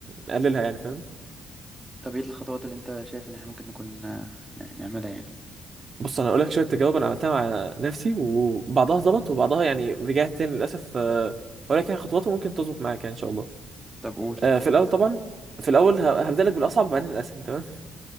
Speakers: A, on the right (about 45°); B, on the right (about 15°).
A: نقللها يعني فاهم
B: طب ايه الخطوات اللي انت شايف ان احنا ممكن نكون آه، نعملها يعني
A: بص انا هقول لك شويه تجارب انا عملتها مع نفسي وبعضها ظبط وبعضها يعني رجعت تاني للاسف آه، ولكن يعني خطواته ممكن تظبط معاك يعني ان شاء الله
B: طب قول
A: آه، في الاول طبعا في الاول ه- هبدا لك بالاصعب وبعدين الاسهل تمام